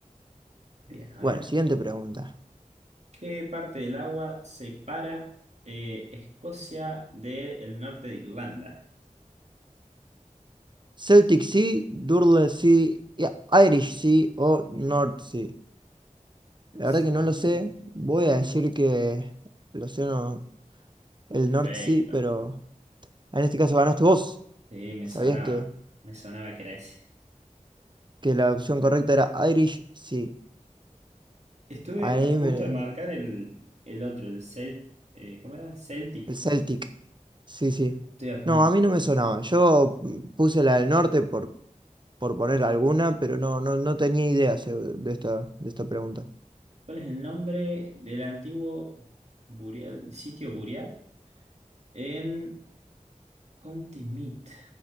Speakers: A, on the right (about 55°); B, on the right (about 35°).
A: Bien, a
B: Bueno,
A: ver.
B: siguiente pregunta.
A: ¿Qué parte del agua separa eh, Escocia del norte de Irlanda?
B: Celtic Sea, Durle Sea, ya, Irish Sea o North Sea. La
A: Si
B: verdad que no
A: no
B: lo sé.
A: me equivoco.
B: Voy a decir que el océano, el
A: Perfecto.
B: North Sea, pero en este caso ganaste vos.
A: Sí, me
B: Sabías
A: sonaba.
B: que,
A: Me sonaba que era ese.
B: que la opción correcta era Irish Sea.
A: Estuve
B: Ahí
A: a punto
B: me-
A: de marcar el, el otro, el Cel, eh, ¿cómo era? Celtic.
B: el Celtic. Sí, sí.
A: Estoy a punto,
B: No, a mí
A: pero.
B: no me sonaba. Yo mm, puse la del norte por, por poner alguna, pero no, no, no tenía idea se- de esta, de esta pregunta.
A: ¿Cuál es el nombre del antiguo Burial, sitio Burial? En County Meath.